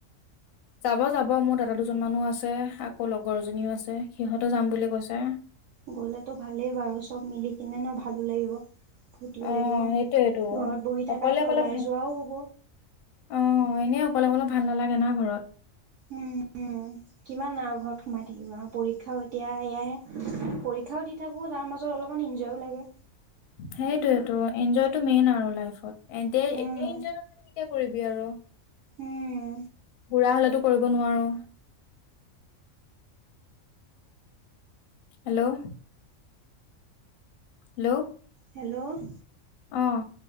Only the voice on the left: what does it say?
যাব যাব মোৰ দাদা দুজন মানো আছে আকৌ লগৰজনীও আছে সিহঁতে যাম বুলি কৈছে?
অ
সেইটোয়েইটো
অকলে অকলে
ভাল
অ এনেই অকলে অলেপ ভাল নালাগে। হোনা ঘৰত।
সেইটোয়েটো এনজয়। মেইন আৰু লাইফত এ এতিয়া
এনজয় নকৰিলে কেতিয়া কৰিবি আৰু।
বুঢ়া হলেতো কৰিব নোৱাৰো? হেল্ল' হেল্ল'
আহ,